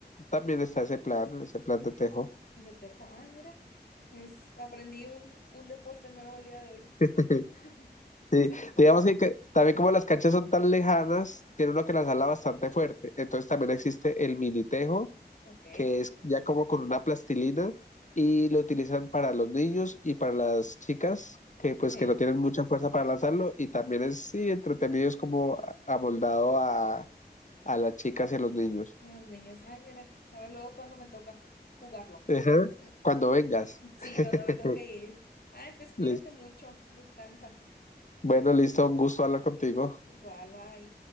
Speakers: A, on the left; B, on the left.
A: también está ese plan, ese plan de tejo.
B: De tejo. Ah, mira, es, aprendí un, un deporte nuevo el día de hoy.
A: <laughs>
B: <laughs> Sí,
A: Sí,
B: suena.
A: digamos que, que también como las canchas son tan lejanas, tiene uno que lanzarla bastante fuerte. Entonces también existe el mini tejo
B: Ok,
A: que es ya como con una plastilina y lo utilizan para los niños y para las chicas que pues
B: sí.
A: que no tienen mucha fuerza para lanzarlo y también es sí entretenido, es como a- amoldado a, a las chicas y a los niños.
B: Los niños, ay, mira, a ver luego cuando me toca jugarlo.
A: Ajá.
B: Eh,
A: Cuando vengas.
B: Sí,
A: <laughs>
B: cuando me toque ir. Ay, pues cuídate
A: Lis-
B: mucho, descansa.
A: Bueno, listo, un gusto hablar contigo.
B: Igual, bye